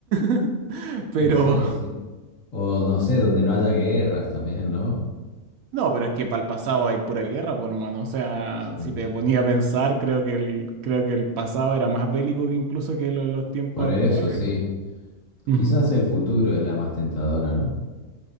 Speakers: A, on the right; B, on the left.
A: <laughs> Pero
B: quizá ese. O no sé, donde no haya guerras también, ¿no?
A: no, pero es que para el pasado hay pura guerra, por hermano. O sea,
B: Sí.
A: si te ponía a pensar, creo que el, creo que el pasado era más bélico que incluso que lo- los tiempos
B: Por eso,
A: actuales.
B: sí.
A: Ujú.
B: Quizás el futuro es la más tentadora, ¿no?